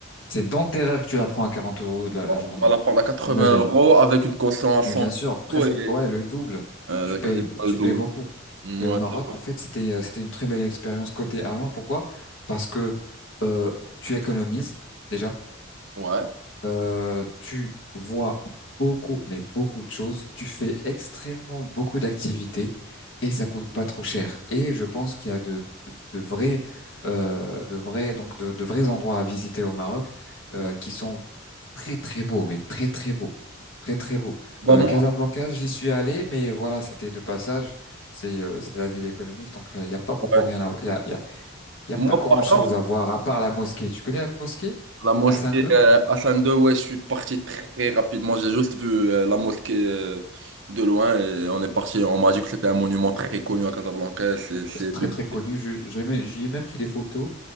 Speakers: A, on the left (about 65°); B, on the right (about 65°).
A: C'est dans tes rêves que tu la prends à 40 euros la, la journée.
B: Tu vas la prendre à 80
A: Imagine.
B: euros avec une caution à
A: Mais
B: 100
A: bien sûr, presque.
B: euros et
A: le- Ouais, le double.
B: euh,
A: Tu payes,
B: quasiment le
A: tu
B: double.
A: payes beaucoup.
B: Ouais.
A: Mais au Maroc, en fait, c'était, euh, c'était une très belle expérience côté argent. Pourquoi? Parce que euh, tu économises déjà.
B: Ouais.
A: Euh, tu vois beaucoup, mais beaucoup de choses. Tu fais extrêmement beaucoup d'activités et ça coûte pas trop cher. Et je pense qu'il y a de, de, de vrais, euh, de vrais, donc de, de vrais endroits à visiter au Maroc euh,
B: ouais.
A: qui sont très très beaux, mais très très beaux, très très beaux.
B: Bah
A: Euh,
B: moi,
A: Casablanca, j'y suis allé, mais voilà, c'était de passage. C'est euh, c'est la ville économique, donc euh, il n'y a pas beaucoup
B: ouais.
A: rien à, il y a, il y a, il y
B: Moi
A: a pas grand-chose
B: par contre,
A: à voir à part la mosquée. Tu connais la mosquée?
B: la mosquée
A: Hassan
B: euh, Hassan II, ouais, je suis parti très rapidement. J'ai juste vu euh, la mosquée euh, de loin et on est parti. On m'a dit que c'était un monument très connu à Casablanca. C'est, c'est...
A: C'est très
B: une-
A: très connu. Je- j'ai même- J'y ai même pris des photos.